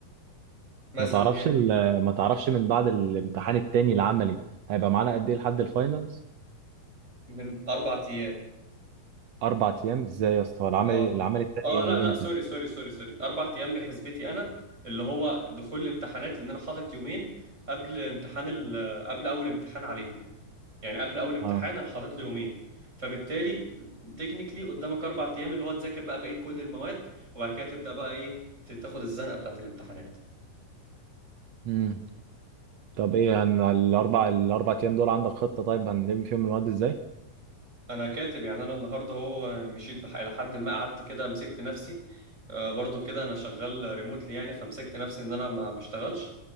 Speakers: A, on the right; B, on the right.
A: مثلا
B: ما تعرفش
A: يعني
B: ال... ما تعرفش من بعد الامتحان التاني العملي هيبقى معانا قد ايه لحد الفاينلز
A: من اربع ايام
B: اربع ايام ازاي يا اسطى هو العملي
A: اه
B: العملي التاني
A: اه لا لا
B: امتى
A: سوري سوري سوري سوري اربع ايام بحسبتي انا اللي هو دخول الامتحانات لان انا حاطط يومين قبل امتحان ال... قبل اول امتحان علينا يعني قبل اول امتحان
B: اه
A: انا حاطط له يومين فبالتالي تكنيكلي قدامك اربع ايام اللي هو تذاكر بقى بقيه كل المواد وبعد كده تبدا بقى ايه ت- تاخد الزنقه بتاعت الامتحانات
B: امم طب ايه هن الاربع الاربع ايام دول عندك خطة طيب هنلم فيهم المواد ازاي؟
A: انا كاتب يعني انا النهارده هو مشيت بح... الى حد ما قعدت كده مسكت نفسي آه، برضو كده انا شغال ريموتلي يعني فمسكت نفسي ان انا ما ما اشتغلش